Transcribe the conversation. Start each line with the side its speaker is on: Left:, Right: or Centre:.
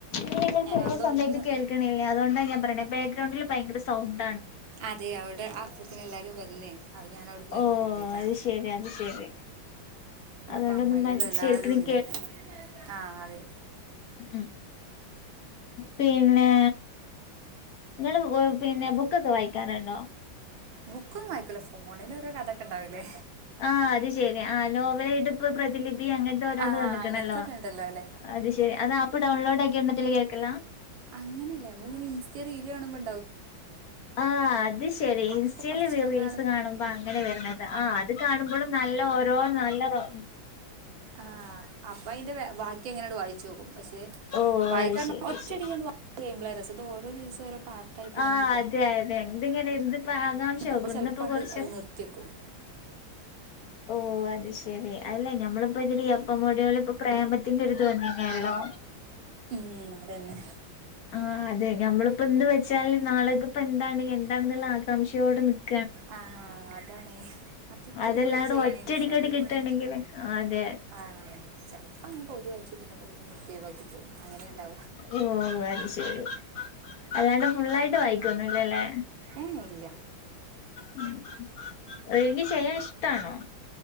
Left: നീന്റെ
Right: ഞാൻ
Left: ചെറീ
Right: അവിടെ
Left: സൗണ്ടായിട്ട്
Right: ഒന്ന്
Left: കേൾക്കണില്ല അതോണ്ട് ന്താ ഞാ റയട്ടെ ബേക്ക്ഗ്രൗണ്ടില് ഭയര സൗണ്ട്
Right: അതെ അവവിടെ അ പ്പോത്തിനല്ലാരും വന്നേ അപ്പൊ ഞാൻ അവിടുന്ന്
Left: ഓ
Right: എല്ലാം മാറിയതാ
Left: അത് ശരി അത് ശരി
Right: ഇവടപ്പോ
Left: അതുകൊണ്ടൊന്നും
Right: അമ്മയി കള് എല്ലാരുണ്ട്
Left: ശരിക്കും
Right: ആഹ അതെ
Left: ആ പിന്നെ ങ്ങള് പിന്നെ ബുക്കൊക്കെ വായി <unintelligible>
Right: ബുക്കോന്നും വായിക്കൂല ഫോണിൽ ഒരോ കഥൊക്കെ ണ്ടാവൂലേ!
Left: ആ അത് ശരി ആ നോവലാ യ്ട്ട്പ്പോ പ്രതിലിപി അങ്ങനെ രോന്ന്
Right: ആ
Left: വന്ന്ക്കണല്ലോ
Right: അങ്ങനത്തൊക്കെ ഉണ്ടല്ലോ അല്ലെ
Left: അത് ശെരി അത് ആപ്പ് ഡൗൺലോഡ് ആക്കീട്ട് കേക്കല
Right: അങ്ങനെയല്ല നമ്മങ്ങനെ ഇൻസ്റ്റ റീലാണുമ്പോ
Left: ആ് അത് ശെരി
Right: അപ്പൊ
Left: ഇൻസ്റ്റൽറി
Right: കുറച്ച് ഭാഗം
Left: റീൽസ് കാണുമ്പോ അങ്ങനെ വരണത് ആ അത് കാണുമ്പോളും നല് നല്ല ഓരോ നല്ല റോ
Right: ആഹ അപ്പ യ്ന്റെ ബാക്കി അങ്ങനെണ്ട്ട വായിചൊഗും പക്ഷെ
Left: ഓഹ്
Right: വായിക്കാർണ
Left: അത് ശെരി
Right: ഒറ്റടി
Left: ശെരി
Right: ക്കാണ്ട് വ <inaudible> സം ഇത് ഓരോ ദിവസം ഒരോ പാർട്ടായിട്ട ങ്ങനെ
Left: ആഹ്
Right: കിട്ടും
Left: അതെ അതെ എന്തിങ്ങനെ എന്തിപ്പ ആകാംക്ഷവും
Right: അപ്പൊ
Left: പഇന്ന്പ്പോ
Right: ചെലപ്പണ്ട്
Left: കുർച്
Right: അത് നിർത്തിയെക്കും
Left: ഓ അത് ശരി അല്ലഞ മ്മളിപ്പോതില് എപ്പ മോടിയോലും പ്പ പ്രേമത്തി ത്തിന്റെത് വന്നീന നെയല്ലോ
Right: ഉം അതന്നെ
Left: ആ അതെ നമ്മളിപ്പോ എന്ത് വെച്ചാല് നാളക്കിപ്പോ ന്ത്‌ വച്ചാലും നാളെ ക് പ്പ ന്താണ് ന്താണെന്നുള്ള ആകാംക്ഷയോട നിക്കു
Right: ആഹ അതാണ് മറ്ററ്റടിക്
Left: അതല്ലാണ്ട്
Right: വ യിച്ച ചെയ്യണേ
Left: ഒറ്റടിക്കടി
Right: രസ ത്ങ്ങനെ
Left: കിട്ടണെങ്കില് ആഹ് അതെ
Right: ആ ചെൽപ്പോ ങ്ങനെ പൗതി വയ്ച്ചു പിന്നെ നിർത്യയ്വാക്കി പോവും അങ്ങനെണ്ടാവ
Left: ഓ അത് ശരി അല്ലാണ്ട് ഫുള്ളായിട്ട് വായിക്കൊന്നുല്ലല്ലേ?
Right: ഏ എ ഇല്ല
Left: മം റെയിങ് ചെയ്യാൻ ഇഷ്ടാണോ?